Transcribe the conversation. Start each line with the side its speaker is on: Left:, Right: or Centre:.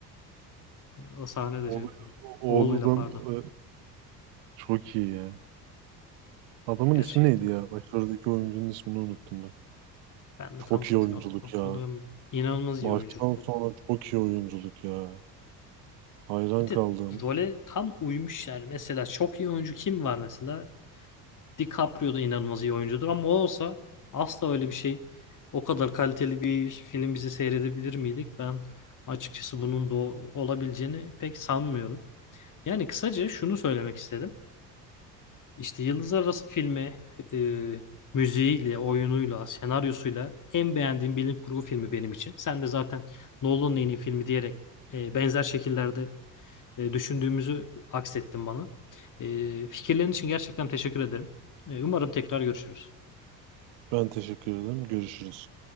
Left: O sahne
Right: Oğlu,
Left: de çok iyi.
Right: oğludan
Left: Oğluyla pardon.
Right: e, çok iyi ya. Adamın
Left: Gerçekten.
Right: ismi neydi ya? Başarıdaki oyuncunun ismini unuttum bak.
Left: Ben
Right: Çok
Left: de tam
Right: iyi oyunculuk
Left: şu an hatırlıyorum.
Right: ya.
Left: İnanılmaz
Right: Baştan
Left: iyi oyunculuk
Right: sona
Left: bu.
Right: çok iyi oyunculuk ya. Hayran
Left: Bir de
Right: kaldım.
Left: role tam uymuş yani. Mesela çok iyi oyuncu kim var mesela? DiCaprio da inanılmaz iyi oyuncudur ama o olsa asla öyle bir şey o kadar kaliteli bir film bizi seyredebilir miydik? Ben açıkçası bunun da olabileceğini pek sanmıyorum. Yani kısaca şunu söylemek istedim. İşte Yıldızlar Arası filmi e, müziğiyle, oyunuyla, senaryosuyla en beğendiğim bilim kurgu filmi benim için. Sen de zaten Nolan'ın en iyi filmi diyerek e, benzer şekillerde e, düşündüğümüzü aksettin bana. E, fikirlerin için gerçekten teşekkür ederim. E, Umarım tekrar görüşürüz.
Right: Ben teşekkür ederim. Görüşürüz.